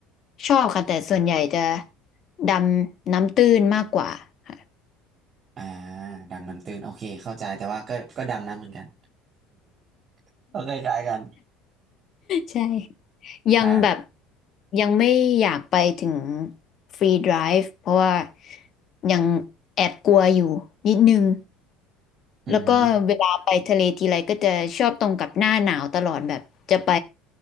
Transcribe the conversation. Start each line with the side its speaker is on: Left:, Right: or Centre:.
Left: ชอบค่ะแต่ส่วนใหญ่จะดำน้ำตื้นมากกว่า <laughs> ค่ะ
Right: อ่าดำน้ำตื้นโอเคเข้าใจแต่ว่าก็ก็ดำน้ำเหมือนกัน <laughs> ก็คล้ายๆกัน
Left: ใช่ยังแบบ
Right: อ่า
Left: ยังไม่อยากไปถึงฟรีไดฟ์เพราะว่ายังแอบกลัวอยู่นิดนึง
Right: อืม
Left: แล้วก็เวลาไปทะเลทีไรก็จะชอบตรงกับหน้าหนาวตลอดแบบจะไป